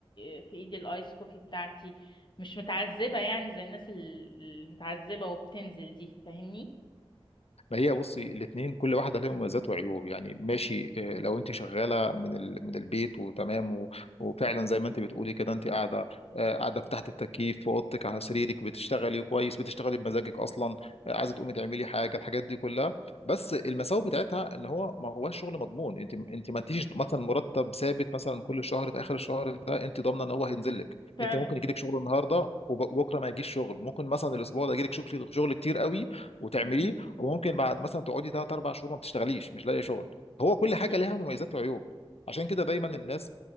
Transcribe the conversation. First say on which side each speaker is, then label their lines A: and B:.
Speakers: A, on the left; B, on the left.
A: آه، في ايدي الايس كوفي بتاعتي مش متعذبة يعني زي الناس ال- المتعذبة وبتنزل دي فاهمني
B: ما هي بصي الاثنين كل واحده لها مميزات وعيوب يعني ماشي آه، لو انت شغاله من ال... من البيت وتمام و... وفعلا زي ما انت بتقولي كده انت قاعده آه، قاعده في تحت التكييف في اوضتك على سريرك بتشتغلي كويس بتشتغلي بمزاجك اصلا آه، عايزه تقومي تعملي حاجه الحاجات دي كلها بس المساوئ بتاعتها ان هو ما هوش شغل مضمون انت انت ما انتيش مثلا مرتب ثابت مثلا كل شهر في اخر الشهر ده انت ضامنه ان هو هينزل لك
A: فعلا
B: انت ممكن يجيلك شغل النهارده وبكره ما يجيش شغل ممكن مثلا الاسبوع ده يجيلك شغل شغل كتير قوي وتعمليه
A: مم.
B: وممكن بعد مثلا تقعدي ثلاث اربع شهور ما بتشتغليش مش لاقي شغل هو كل حاجه
A: فعلا
B: لها مميزات وعيوب عشان كده دايما الناس